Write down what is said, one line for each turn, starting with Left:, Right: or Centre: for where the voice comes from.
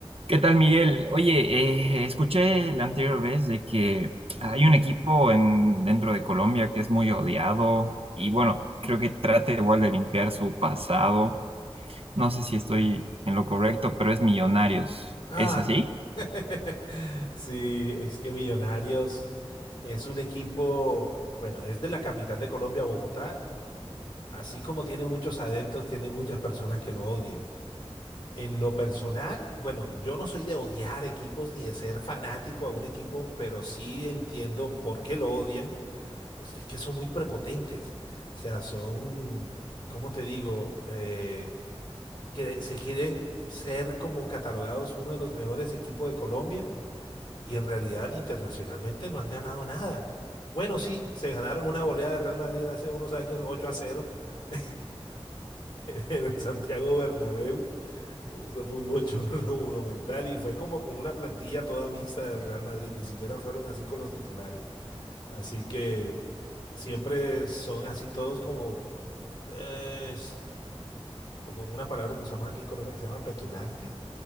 Right: ¿Qué tal, Miguel? Oye, eh, escuché la anterior vez de que hay un equipo en, dentro de Colombia que es muy odiado y bueno, creo que trata igual de limpiar su pasado. No sé si estoy en lo correcto, pero es Millonarios.
Left: Ah,
Right: ¿Es así?
Left: <laughs> sí, es que Millonarios es un equipo, bueno, es de la capital de Colombia, Bogotá, así como tiene muchos adeptos, tiene muchas personas que lo odian. En lo personal, bueno, yo no soy de odiar equipos ni de ser fanático a un equipo, pero sí entiendo por qué lo odian, pues que es que son muy prepotentes, o sea, son, ¿cómo te digo? Eh, que se quieren ser como catalogados uno de los mejores equipos de Colombia y en realidad internacionalmente no han ganado nada. Bueno, sí, se ganaron una goleada de Real Madrid hace unos años, 8 a cero <laughs> en el Santiago Bernabéu. Eso fue un bochorno monumental y fue como con una plantilla toda mixta del Real Madrid, ni siquiera fueron así con los titulares. Así que siempre son así todos como, eh, como una palabra que usamos aquí en Colombia que se llama petulante